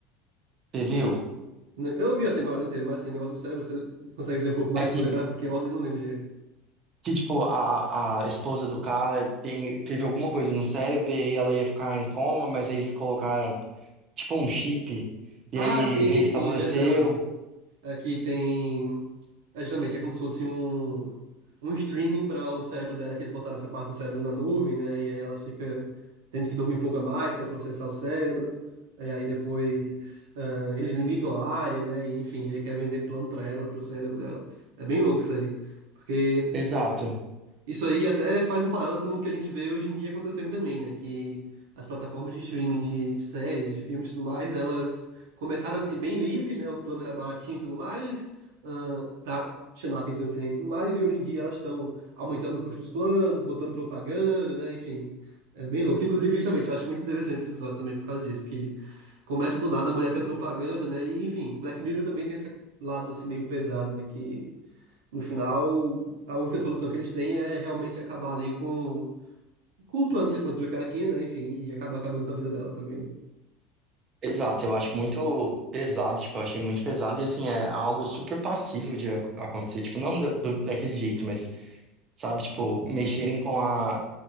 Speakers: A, on the right (about 40°); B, on the right (about 85°).
A: Você viu?
B: Né? Eu vi a temporada inteira, mas assim, o negócio do cérebro, você consegue dizer um pouco mais
A: É que
B: pra eu lembrar, porque a ordem eu não lembro direito.
A: Que, tipo, a, a esposa do cara tem- teve alguma coisa no cérebro e aí ela ia ficar em coma, mas aí eles colocaram, tipo, um chip e
B: Ah,
A: aí
B: sim,
A: restabeleceu.
B: sim, verdade. Aqui tem. É justamente, é como se fosse um, um streaming para o cérebro dela, que eles botaram essa parte do cérebro na nuvem, né? E aí ela fica tendo que dormir um pouco a mais para processar o cérebro. E aí depois ah, eles limitam a área, né? E, enfim, aí quer vender plano para ela, para o cérebro dela. É bem louco isso aí. Porque
A: Exato,
B: isso aí até faz um paralelo com o que a gente vê hoje em dia acontecendo também, né? Que as plataformas de streaming de, de séries, de filmes e tudo mais, elas começaram assim bem livres, né? O plano era baratinho e tudo mais, para chamar a atenção do cliente e tudo mais, e hoje em dia elas estão aumentando o custo dos planos, botando propaganda, né? Enfim, é bem louco. Inclusive, justamente, eu acho muito interessante esse episódio também por causa disso, que começa do nada a mulher ter propaganda, né? E enfim, Black Mirror também tem esse lado assim meio pesado, né? Que no final, a única solução que eles têm é realmente acabar ali com, com o plano de assinatura que ela tinha, né? Enfim, e acaba acabando com a vida dela também, né?
A: exato. Eu acho muito pesado, tipo, eu achei muito pesado e, assim, é algo super passível de ac- acontecer. Tipo, não da- do- daquele jeito, mas, sabe, tipo, mexerem com a